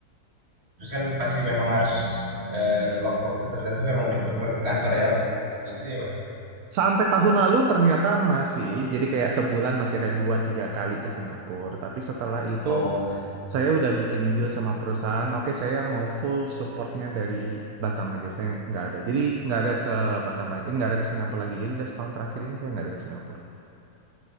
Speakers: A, on the right (about 40°); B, on the right (about 70°).
A: Terus kan pasti memang harus eh, waktu-waktu tertentu memang diperlukan ke kantor ya. Ya gitu ya, Mas.
B: Sampai tahun lalu ternyata masih, jadi kayak sebulan masih ada dua tiga kali ke Singapura. Tapi setelah itu
A: Oh.
B: saya udah bikin deal sama perusahaan, oke saya mau full supportnya dari Batam aja, saya nggak ada. Jadi nggak ada ke Batam lagi, eh, nggak ada ke Singapura lagi. Jadi udah setahun terakhir ini saya nggak ada ke Singapura.